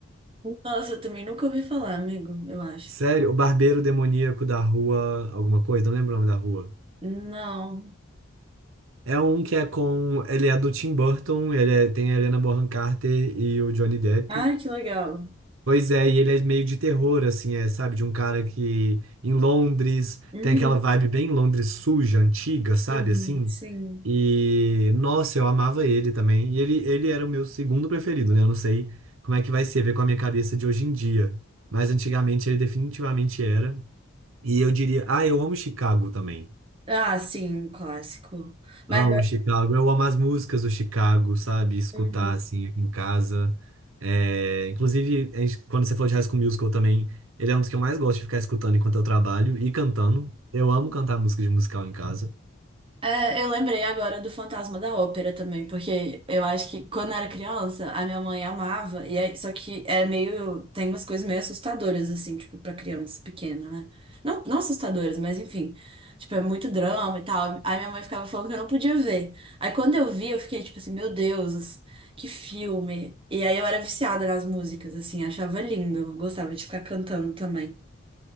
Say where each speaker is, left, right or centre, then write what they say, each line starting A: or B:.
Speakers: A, on the right; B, on the right.
A: Nossa, eu também nunca ouvi falar, amigo, eu acho.
B: Sério, o barbeiro demoníaco da rua, alguma coisa, não lembro o nome da rua.
A: Não.
B: É um que é com. Ele é do Tim Burton, ele é- tem a Helena Bonham Carter e o Johnny Depp.
A: Ai, que legal.
B: Pois é, e ele é meio de terror, assim, é, sabe? De um cara que em Londres
A: Uhum.
B: tem aquela vibe bem Londres suja, antiga,
A: Sim,
B: sabe? Assim.
A: sim.
B: E nossa, eu amava ele também. E ele, ele era o meu segundo preferido, né? Eu não sei como é que vai ser ver com a minha cabeça de hoje em dia, mas antigamente ele definitivamente era. E eu diria, ah, eu amo Chicago também.
A: Ah, sim, um clássico. Mas,
B: Amo
A: agora-
B: Chicago. Eu amo as músicas do Chicago, sabe? Escutar,
A: Uhum.
B: assim, aqui em casa. É, Inclusive, a gente- quando você falou de High School Musical também, ele é um dos que eu mais gosto de ficar escutando enquanto eu trabalho e cantando. Eu amo cantar música de musical em casa.
A: É, eu lembrei agora do Fantasma da Ópera também, porque eu acho que quando eu era criança, a minha mãe amava, e aí, só que é meio, tem umas coisas meio assustadoras, assim, tipo, pra criança pequena, né? Não, não assustadoras, mas enfim, tipo, é muito drama e tal. Aí minha mãe ficava falando que eu não podia ver. Aí quando eu vi, eu fiquei tipo assim, meu Deus, que filme. E aí eu era viciada nas músicas, assim, achava lindo, gostava de ficar cantando também.